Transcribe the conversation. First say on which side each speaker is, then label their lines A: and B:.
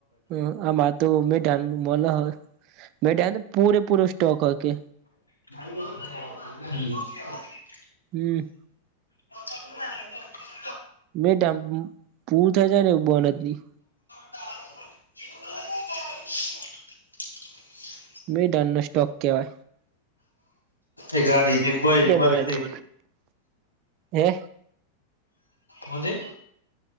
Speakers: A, on the right; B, on the left.
A: હ આમાં તો મેઢા મોલા હોય, બેટ પૂરે પૂરો સ્ટોક કર કે,
B: <inaudible>
A: હમ
B: <inaudible>
A: મે પૂર થ જાય ને બનતની.
B: <inaudible>
A: મેં ડેલ ને ટોકિ્યો
B: એક ગાડી ભીતે.
A: મલે છે હે
B: કોજ